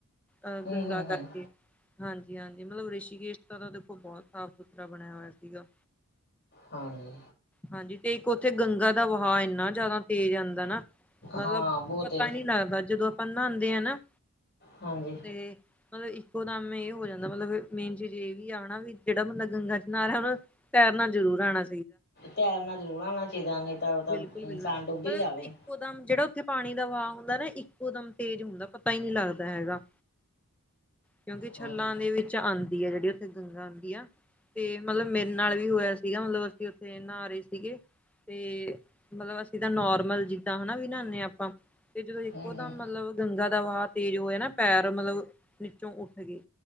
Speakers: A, in the centre; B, on the left (about 50°).
A: ਅਹ
B: ਹੂੰ
A: ਗੰਗਾ
B: ਹੂੰ
A: ਕਰਕੇ।
B: ਹੂੰ
A: ਹਾਂਜੀ, ਹਾਂਜੀ, ਮਤਲਬ ਰਿਸ਼ੀਕੇਸ਼ ਦਾ ਤਾਂ ਦੇਖੋ ਬਹੁਤ ਸਾਫ਼- ਸੁਥਰਾ ਬਣਿਆ ਹੋਇਆ ਸੀਗਾ।
B: ਹਾਂਜੀ
A: ਹਾਂਜੀ, ਤੇ ਇੱਕ ਉੱਥੇ ਗੰਗਾ ਦਾ ਵਹਾ ਇੰਨਾ ਜ਼ਿਆਦਾ ਤੇਜ਼ ਆਉਂਦਾ ਨਾ। ਮਤਲਬ
B: ਹਾਂ ਬਹੁਤ
A: ਪਤਾ
B: ਹੈ
A: ਨੀ ਲੱਗਦਾ ਜਦੋਂ ਆਪਾਂ ਨਹਾਂਉਂਦੇ ਹਾਂ ਨਾ।
B: ਹਾਂਜੀ
A: ਤੇ ਮਤਲਬ ਇੱਕੋ। ਦਮ ਇਹ ਹੋ ਜਾਂਦਾ ਮਤਲਬ ਮੇਨ ਚੀਜ਼ ਇਹ ਹੀ ਆ ਨਾ ਵੀ ਜਿਹੜਾ ਬੰਦਾ ਗੰਗਾ 'ਚ ਨਾ ਰਿਹਾ ਹੈ ਨਾ। ਤੈਰਨਾ ਜ਼ਰੂਰ ਆਉਣਾ।
B: ਤੈਰਨਾ ਜ਼ਰੂਰ ਆਉਣਾ ਚਾਹੀਦਾ ਨਹੀਂ ਤਾਂ ਉਹ ਤਾਂ
A: ਬਿਲਕੁਲ
B: ਇਨਸਾਨ
A: ਬਿਲਕੁਲ
B: ਡੁੱਬੀ
A: ਮਤਲਬ
B: ਈ ਜਾਵੇ।
A: ਇੱਕੋ ਦਮ ਜਿਹੜਾ ਉੱਥੇ ਪਾਣੀ ਦਾ ਵਹਾਅ ਹੁੰਦਾ ਨਾ ਇੱਕੋ ਦਮ ਤੇਜ਼ ਹੁੰਦਾ ਪਤਾ ਹੀ ਨਹੀਂ ਲੱਗਦਾ ਹੈਗਾ। ਕਿਉਂਕਿ ਛਲਾਂ
B: ਹਾਂਜੀ
A: ਦੇ ਵਿੱਚ ਆਉਂਦੀ ਆ ਜਿਹੜੀ ਉੱਥੇ ਗੰਗਾ ਆਉਂਦੀ ਆ ਤੇ ਮਤਲਬ। ਮੇਰੇ ਨਾਲ ਵੀ ਹੋਇਆ ਸੀਗਾ ਮਤਲਬ ਅਸੀਂ ਉੱਥੇ ਨਹਾ ਰਹੇ ਸੀਗੇ। ਤੇ ਮਤਲਬ ਅਸੀਂ ਤਾਂ ਨੋਰਮਲ ਜਿੱਦਾਂ ਹਨਾ ਵੀ ਨਹਾਣੇ ਹਾਂ ਆਪਾਂ। ਤੇ ਜਦੋਂ ਇੱਕੋਦਮ
B: ਹੂੰ ਹੂੰ
A: ਮਤਲਬ ਗੰਗਾ ਦਾ ਵਾਹ ਤੇਜ਼ ਹੋਇਆ ਨਾ ਪੈਰ ਮਤਲਬ ਨੀਚੋਂ ਉੱਠ ਗਏ।